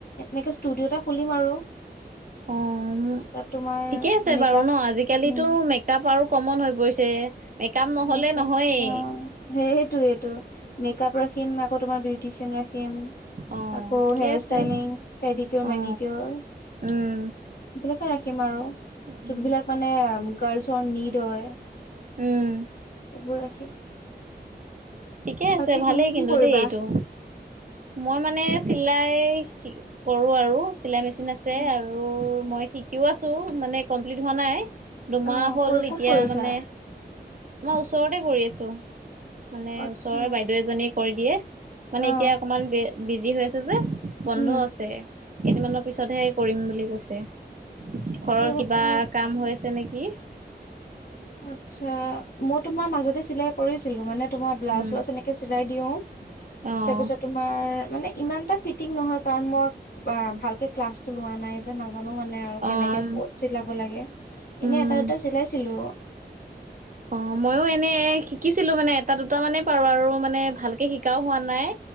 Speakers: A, on the left (about 60°); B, on the right (about 50°).
A: এনেকে ষ্টুডিঅ' এটা খুলিম আৰু।
B: অম
A: তাত তোমাৰ
B: ঠিকে আছে
A: মেকআপ
B: বাৰু ন, আজিকালিতো
A: উম
B: মেকাআপ আৰু কমন হৈ পৰিছে মেকআপ নহলে
A: মেকআপ,
B: নহয়েই
A: অ সেইটোৱেটো, মেকআপ ৰাখিম আকৌ তোমাৰ বিউটিচিয়ান ৰাখিম খিম
B: অ
A: আকৌ
B: ঠিকে
A: হেয়াৰ
B: আছে
A: ষ্টাইলিং, পেডিকিয়ৰ-মেনিকিয়ৰ
B: অ উম
A: বিলাকে ৰাখিম আৰু
B: উম
A: যোনবিলাক মানে গাৰ্লছৰ নিড হয়
B: উম
A: সেইবোৰ ৰাখিম।
B: ঠিকে আছে
A: বাকী
B: ভালেই
A: তুমি
B: কিন্তু
A: কি কৰিবা?
B: দেই এইটো, মই মানে চিলাই কৰো আৰু চিলাই মেচিন আছে
A: উম
B: আৰু মই শিকিও আছো। টো মানে কমপ্লিট হোৱা নাই
A: অ',
B: দুমাহ হ'ল,
A: কৰ ক'ত
B: এতিয়া
A: কৰিছা?
B: মানে মই ওচৰতে কৰি আছো, মানে
A: আচ্ছা,
B: ওচৰৰে বাইদেউ এজনীয়ে কৰি দিয়ে। মানে
A: অ',
B: এতিয়া অকমান বে বিজি হৈ আছে যে, বন্ধ
A: উম।
B: আছে কেইদিনমানত পিছতহে কৰিম বুলি কৈছে, ঘৰৰ
A: অ',
B: কিবা কাম হৈ আ তেনে কি?
A: আচ্ছা, মই তোমাৰ মাজতে চিলাই কৰিছিলো মানে তোমাৰ ব্লাউজ
B: উম,
A: চলাউজ এনেকে চিলাই দিও,
B: অ',
A: তাৰ পিছত তোমাৰ মানে ইমান এটা ফিটিং নহয় কাৰণ মই বা ভালকে ক্লাছটো লোৱা নাই যে না জানো মানে আৰু
B: অ',
A: কেনেকে কত চিলাব লাগে,
B: উম।
A: এনে এটা দুটা চিলাইছিলো।
B: অ ময়ো এনে শিকিছিলো মানে এটা দুটা মানে পাৰো আৰু মানে ভালকে শিকাও হোৱা নাই।